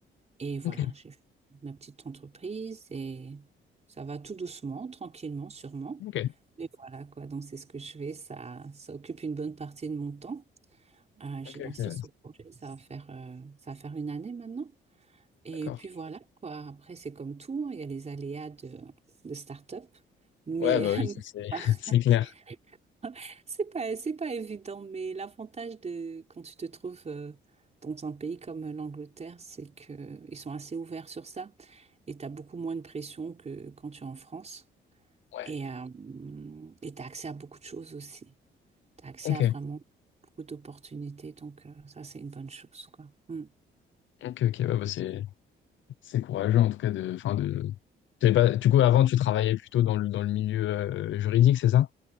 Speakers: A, on the right; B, on the left.
A: Et voilà,
B: Ok,
A: j'ai fait ma petite entreprise et ça va tout doucement, tranquillement, sûrement.
B: ok,
A: Mais voilà, quoi. Donc c'est ce que je fais. Ça, ça occupe une bonne partie de mon temps. Euh,
B: ok,
A: j'ai lancé
B: ok.
A: ce projet. Ça va faire, euh, ça va faire une année maintenant. Et
B: D'accord.
A: puis voilà, quoi. Après, c'est comme tout, hein, Il y a les aléas de, de start-up. Mais,
B: Ouais, bah oui, ça,
A: <laughs>
B: c'est
A: <laughs>
B: <laughs> c'est clair.
A: <laughs> C'est pas, c'est pas évident, mais l'avantage de quand tu te trouves euh, dans un pays comme l'Angleterre, c'est que ils sont assez ouverts sur ça et tu as beaucoup moins de pression que quand tu es en France.
B: Ouais.
A: Et euh, et tu as accès à beaucoup de choses aussi. Tu as accès
B: Ok,
A: à vraiment beaucoup d'opportunités, donc euh, ça, c'est une bonne chose, quoi. Mm.
B: ok, ok, ouais, bah c'est C'est courageux en tout cas de, enfin de. t'avais pas- Du coup, avant, tu travaillais plutôt dans le dans le milieu euh, juridique, c'est ça?